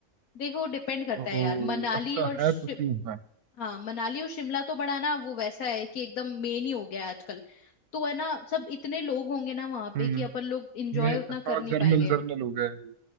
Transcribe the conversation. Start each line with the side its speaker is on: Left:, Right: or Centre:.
Left: देखो डिपेंड करता
Right: और
Left: है यार मनाली
Right: अच्छा
Left: और
Right: है
Left: शिम
Right: तो क्यों है
Left: हाँ मनाली और शिमला तो बड़ा ना वो वैसा है कि एकदम मेन ही हो गया है आजकल तो है ना सब इतने लोग होंगे ना वहां
Right: हम्म
Left: पे कि अपन लोग इंजॉय
Right: मैं
Left: उतना
Right: हाँ
Left: कर नहीं
Right: जर्नल
Left: पाएंगे
Right: जर्नल हो गया है